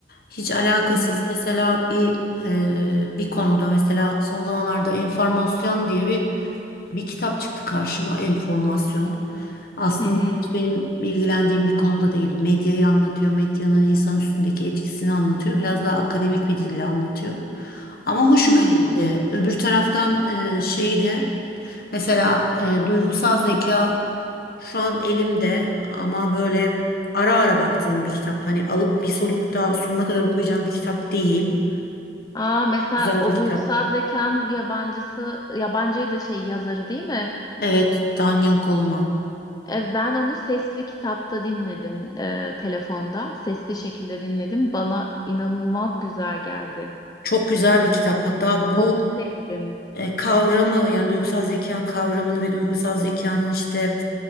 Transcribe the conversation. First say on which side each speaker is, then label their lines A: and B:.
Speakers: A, on the left; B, on the left.
A: Hiç alakasız
B: Hı hı,
A: mesela bir e, bir konuda mesela son zamanlarda enformasyon diye bir bir kitap çıktı karşıma. Enformasyon. Aslında
B: hı hı,
A: hiç benim ilgilendiğim bir konuda değil. Medyayı anlatıyor, medyanın insan üstündeki etkisini anlatıyor. Biraz daha akademik bir dille anlatıyor. Ama hoşuma
B: hmm.
A: gitti. Öbür taraftan e, şeyi de Mesela e, duygusal zeka şu an elimde ama böyle ara ara baktığım bir kitap. Hani alıp bir solukta sonuna kadar okuyacağım bir kitap değil.
B: Aa, mesela
A: Güzel
B: o
A: bir kitap.
B: duygusal zekan yabancısı, yabancıydı şey yazarı değil mi?
A: Evet, Daniel Goleman.
B: E, ben onu sesli kitapta dinledim, e, telefonda. Sesli şekilde dinledim. Bana inanılmaz güzel geldi.
A: Çok güzel bir kitap. Hatta bu
B: Çok sevdim.
A: e, kavramı yani duygusal zeka kavramını ve duygusal zekanın işte